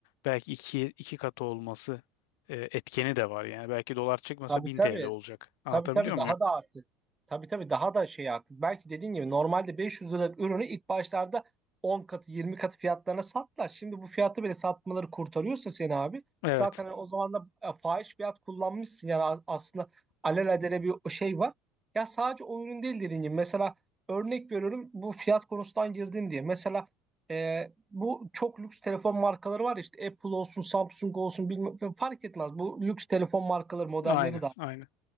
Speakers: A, on the left (about 75°); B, on the right (about 15°).
A: belki iki, iki katı olması e, etkeni de var. Yani belki dolar çıkmasa
B: Tabii
A: 1000
B: tabii
A: TL olacak. Anlatabiliyor
B: Tabii tabii
A: muyum?
B: daha da artık. Tabii tabii daha da şey artık. Belki dediğin gibi normalde 500 liralık ürünü ilk başlarda 10 katı 20 katı fiyatlarına sattılar. Şimdi bu fiyatı bile satmaları kurtarıyorsa seni abi
A: Evet.
B: zaten hani o zaman da e, fahiş fiyat kullanmışsın. Yani a- aslında alelacele bir şey var. Ya sadece o ürün değil dediğin gibi. Mesela örnek veriyorum bu fiyat konusundan girdin diye. Mesela e, bu çok lüks telefon markaları var ya, işte Apple olsun Samsung olsun bilmem fark etmez. Bu lüks telefon markaları modelleri
A: Aynı.
B: de
A: Aynı.